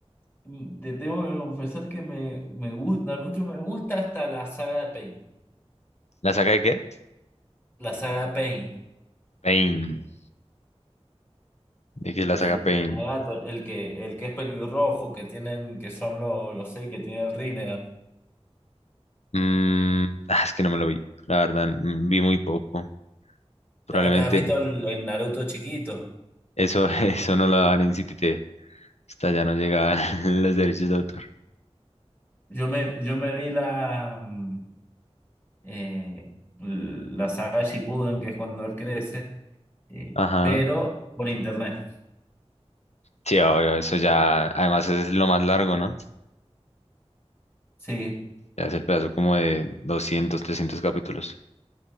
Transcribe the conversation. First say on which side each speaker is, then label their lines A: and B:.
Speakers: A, on the left (about 20°); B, on the left (about 80°).
A: mm, te tengo que confesar que me, me gusta, Naruto me gusta hasta la saga de Pain.
B: ¿La saga de qué?
A: La saga de Pain,
B: Pain. ¿De qué es la
A: del
B: saga Pain?
A: Nagato, el que, el que es pelirrojo, que tienen, que son los, los seis que tienen el Rinnegan.
B: Mm, ah, es que no me lo vi, la verdad, mm, vi muy poco. Probablemente
A: ¿Te, te has visto el, el Naruto chiquito?
B: eso, <laughs> eso no lo daban en CTT. Hasta ya no llegaban <laughs> los derechos de autor.
A: Yo me, yo me vi la. mm, eh, l- la saga Shippuden, que es cuando él crece, eh,
B: Ajá.
A: pero por internet.
B: Sí, obvio, eso ya, además es lo más largo, ¿no?
A: Sí,
B: Ya es el pedazo como de 200 300 capítulos.